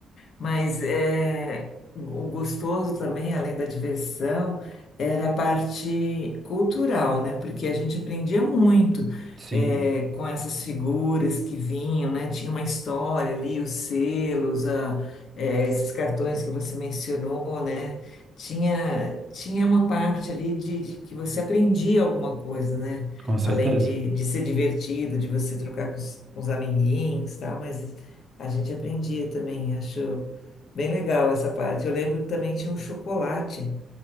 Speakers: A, on the left; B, on the right.
A: Mas é, o gostoso também, além da diversão, era a parte cultural, né? Porque a gente aprendia muito
B: Sim,
A: é, com essas figuras que vinham, né? Tinha uma história ali, os selos, a- é, esses cartões que você mencionou, né? Tinha, tinha uma parte ali de, de que você aprendia alguma coisa, né?
B: com certeza.
A: Além de, de ser divertido, de você trocar com os, com os amiguinhos, e tal, mas a gente aprendia também, acho. Bem legal essa parte. Eu lembro que também tinha um chocolate